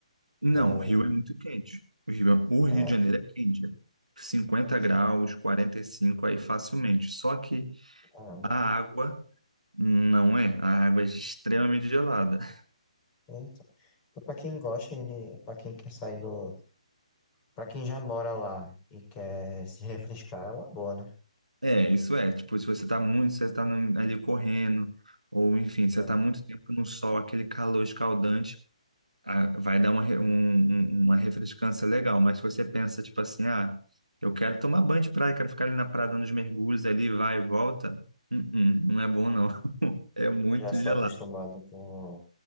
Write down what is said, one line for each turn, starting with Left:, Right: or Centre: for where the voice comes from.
Right: Não,
Left: Ou,
Right: o Rio é muito quente. O Rio, é- o Rio
Left: é,
Right: de Janeiro é quente. é 50
Left: sim,
Right: graus, 45 aí facilmente. Só que
Left: caramba.
Right: a água não é. A água é extremamente gelada. <laughs>
Left: Eita. Então, pra quem gosta de, pra quem quer sair do, pra quem já mora lá e quer se refrescar, é uma boa, né?
Right: É, isso é. Tipo, se você tá muito, você tá no- ali correndo, ou enfim, você
Left: É,
Right: tá muito tempo no sol, aquele calor escaldante, a- vai dar uma, re- um- um- uma refrescância legal, mas se você pensa, tipo assim, ah, eu quero tomar banho de praia, quero ficar ali na praia dando os mergulhos ali, vai e volta, Hum, hum, não é bom não, <laughs> é muito
Left: eu já sou
Right: gelado.
Left: acostumado com,